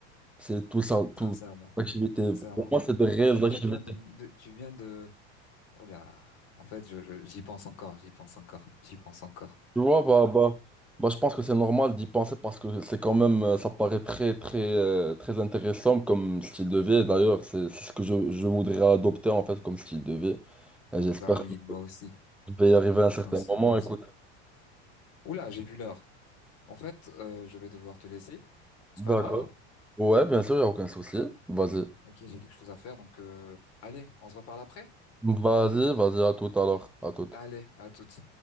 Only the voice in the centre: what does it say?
C'est tout ça, tout,
l'activité.
Pour moi, c'est de réelles
activités.
Tu vois, bah, bah, bah, je pense que c'est normal d'y penser parce que c'est quand même, euh, ça paraît très, très, euh, très intéressant comme style de vie. D'ailleurs, c'est c'est ce que je, je voudrais adopter, en fait, comme style de vie. Et J'espère
que
je vais y arriver à un certain
moment,
écoute.
D'accord.
Ouais, bien sûr, il n'y a aucun souci. Vas-y.
Vas-y, vas-y, à tout alors. À tout.